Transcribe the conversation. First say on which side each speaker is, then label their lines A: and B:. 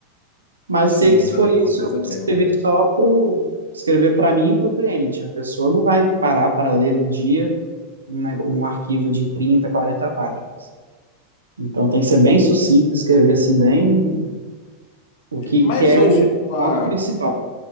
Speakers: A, on the right; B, on the left.
A: mas
B: Sim,
A: sei que se for isso,
B: uma coisa
A: eu
B: bela.
A: escrever só pro escrever para mim e para o cliente. A pessoa não vai parar para ler no dia um, um arquivo de 30, 40 páginas. Então tem que ser bem sucinto, escrever assim bem o que,
B: Mas
A: que é
B: hoje,
A: o
B: com a,
A: ponto principal.